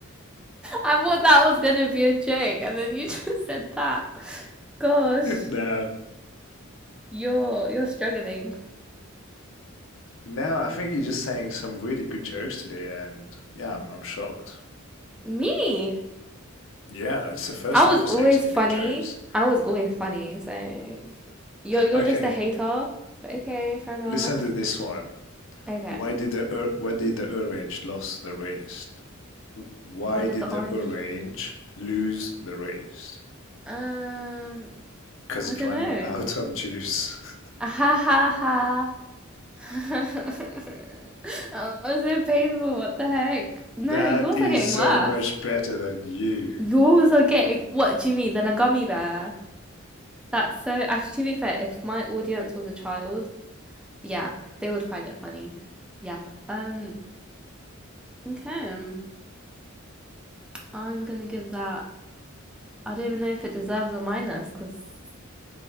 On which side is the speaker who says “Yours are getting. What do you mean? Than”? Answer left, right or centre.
Centre